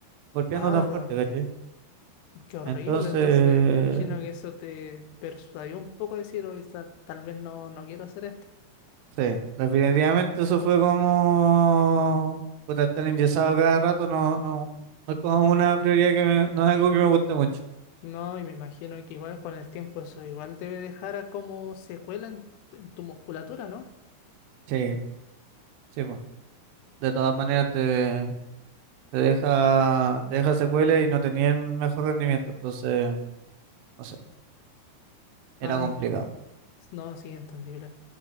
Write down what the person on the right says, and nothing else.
golpeando
tan fuerte, ¿cachai?
Entonces,
sí, definitivamente eso fue como puta, estar enyesado cada rato, no, no, no es como una prioridad que me- no es algo que me guste mucho.
Sí, sí, po. De todas maneras te, te deja, te deja secuelas y no tenía el mejor rendimiento, entonces, no sé, era
complicado.